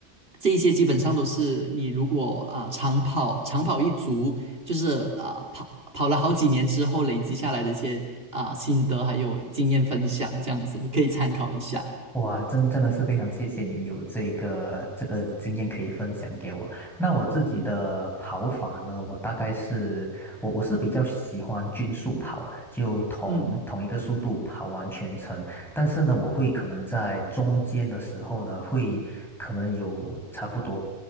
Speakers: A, on the right; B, in the centre.
A: 这一些基本上都是你如果啊、长跑长跑一族，就是啊、跑跑了好几年之后累积下来的一些啊、心得还有经验分享这样子，你可以参考一下。
B: 哇，真真的是非常谢谢你有这个这个经验可以分享给我。那我自己的跑法呢，我大概是我我是比较喜欢均速跑，就同同一个速度跑完全程。
A: 嗯
B: 但是呢，我会可能在中间的时候呢，会可能有差不多